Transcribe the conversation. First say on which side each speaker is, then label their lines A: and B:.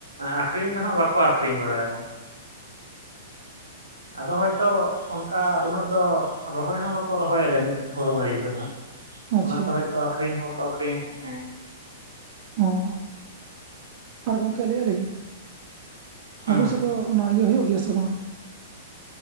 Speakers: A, on the right (about 80°); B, on the right (about 40°).
A: ᱟᱠᱷᱨᱤᱧ ᱫᱚ ᱦᱟᱜ ᱵᱟᱠᱚ ᱟᱠᱷᱨᱤᱧ ᱵᱟᱲᱟᱭᱟ ᱟᱫᱚ ᱦᱚᱭᱛᱚ ᱚᱱ ᱚᱱᱠᱟ ᱩᱱᱟᱹᱜ ᱫᱚ ᱨᱚᱦᱚᱭ ᱦᱚᱸ ᱵᱟᱠᱚ ᱨᱚᱦᱚᱭᱟ ᱡᱟᱹᱱᱤᱡ ᱦᱳᱲᱳ ᱢᱟᱹᱨᱤᱪ ᱫᱚ ᱦᱟᱜ
B: ᱚ ᱟᱪᱪᱷᱟ
A: ᱚᱱᱟᱛᱮ ᱛᱚ ᱟᱠᱷᱨᱤᱧ ᱦᱚᱸ ᱵᱟᱠᱚ ᱟᱠᱷᱨᱤᱧᱟ ᱦᱮᱸ
B: ᱚᱸ ᱟᱨ ᱜᱚᱢᱠᱮ ᱞᱟᱹᱭᱮᱼᱟᱜ ᱞᱤᱧ
A: ᱦᱮᱸ
B: ᱟᱹᱵᱤᱱ ᱥᱮᱫ ᱫᱚ ᱚᱱᱟ ᱤᱭᱟᱹ ᱦᱳᱭᱳᱜ ᱜᱮᱭᱟ ᱥᱮ ᱵᱟᱝᱼᱟ